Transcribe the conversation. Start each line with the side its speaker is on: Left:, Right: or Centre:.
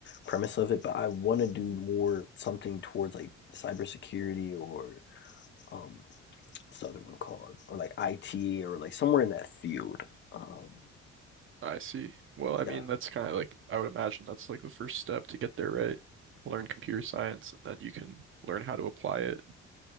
Left: premise of it, but I want to do more something towards like cybersecurity or um, what's the other one called, or like IT or like somewhere in that field. Um,
Right: I see. Well, I
Left: yeah,
Right: mean, that's kind of like, I would imagine that's like the first step to get there, right? Learn computer science and then you can learn how to apply it.